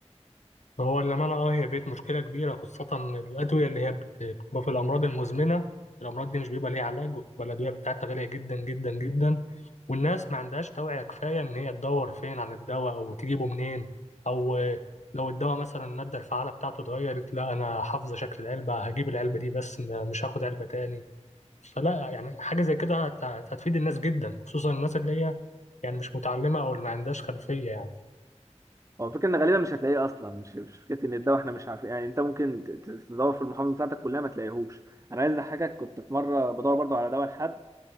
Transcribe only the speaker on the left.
هو للأمانة اه هي بقت مشكلة كبيرة خاصة الأدوية اللي هي بت- بتبقى في الأمراض المزمنة الأمراض دي مش بيبقى ليها علاج وبتبقى الأدوية بتاعتها غالية جدا جدا جدا والناس ما عندهاش توعية كفاية إن هي تدور فين عن الدواء أو تجيبه منين أو آه، لو الدواء مثلا المادة الفعالة بتاعته اتغيرت لا أنا حافظة شكل العلبة هجيب العلبة دي بس م- مش هاخد علبة تاني فلا يعني حاجة زي كده هت- هتفيد الناس جدا خصوصا الناس اللي هي يعني مش متعلمة أو اللي ما عندهاش خلفية يعني